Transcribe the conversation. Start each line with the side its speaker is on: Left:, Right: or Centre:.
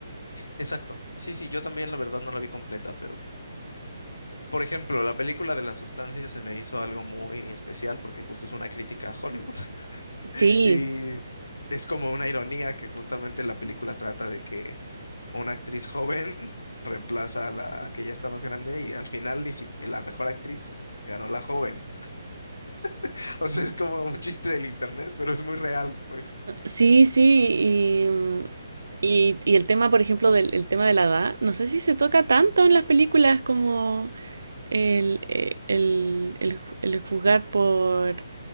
Left: Exacto. Sí, sí, yo también la verdad no la vi completa, pero por ejemplo, la película de las sustancias se me hizo algo muy especial porque justo es una crítica a Hollywood.
Right: Sí,
Left: Y es como una ironía que justamente la película trata de que una actriz joven <laughs> reemplaza a la que ya está más grande y al final ni siquiera la mejor actriz ganó la joven. <laughs> O sea, es como un chiste del internet, pero es muy real, pues.
Right: sí, sí, y, mm, y, y el tema, por ejemplo, del el tema de la edad, no sé si se toca tanto en las películas como... El, eh, el, el, el juzgar por